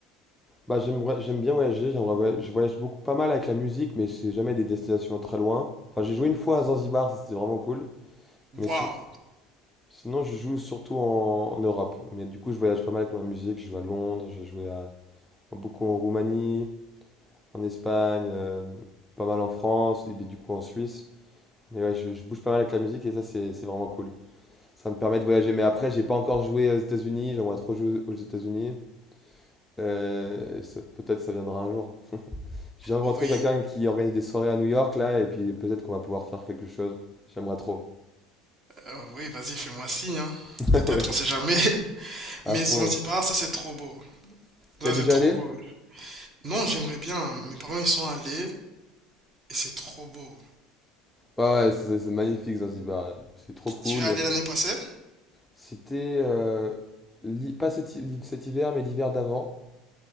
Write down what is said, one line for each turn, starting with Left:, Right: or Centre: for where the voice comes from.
Centre: Bah, j'aimerais, j'aime bien voyager, j'aimerais voy- je voyage beaucoup, pas mal avec la musique, mais c'est jamais des destinations très loin. Enfin, j'ai joué une fois à Zanzibar, ça c'était vraiment cool. Mais
Right: Waouh.
Centre: si- sinon, je joue surtout en, en Europe. Mais du coup, je voyage pas mal avec ma musique, je joue à Londres, j'ai joué à, beaucoup en Roumanie, en Espagne, euh, pas mal en France, et puis du coup en Suisse. Mais ouais, je, je bouge pas mal avec la musique et ça, c'est c'est vraiment cool. Ça me permet de voyager, mais après, j'ai pas encore joué aux États-Unis, j'aimerais trop jouer aux États-Unis. Euh, ça- peut-être ça viendra un jour. J'ai rencontré
Right: Oui.
Centre: quelqu'un qui organise des soirées à New York là, et puis peut-être qu'on va pouvoir faire quelque chose. J'aimerais trop.
Right: Euh, oui, vas-y, fais-moi signe, hein.
Centre: <laughs>
Right: Peut-être,
Centre: Ouais,
Right: on sait jamais. <laughs>
Centre: à
Right: Mais
Centre: fond.
Right: Zanzibar,
Centre: ouais.
Right: ça c'est trop beau. Ça
Centre: T'y as déjà
Right: c'est trop
Centre: allé?
Right: beau. Non, j'aimerais bien. Mes parents ils sont allés et c'est trop beau.
Centre: Ouais, ouais, c'est c'est magnifique Zanzibar. ouais. C'est trop cool.
Right: Tu es allé l'année passée?
Centre: C'était euh, l'hi- pas cet, hi- l'hi- cet hiver, mais l'hiver d'avant.